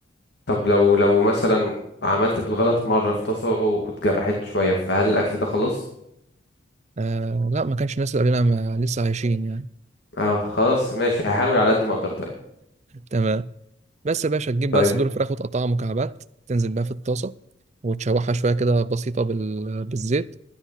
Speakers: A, on the left; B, on the right.
A: طب لو لو مثلا عملت بالغلط مرة في طاسة واتجرحت شوية فهل الأكل ده خلاص؟
B: آه لا ما كانش الناس اللي قبلنا ما- لسه عايشين يعني
A: اه خلاص ماشي هحاول على قد ما أقدر طيب
B: تمام بس يا باشا تجيب
A: طيب
B: بقى صدور فراخ وتقطعها مكعبات تنزل بقى في الطاسة وتشوحها شوية كده بسيطة بال... بالزيت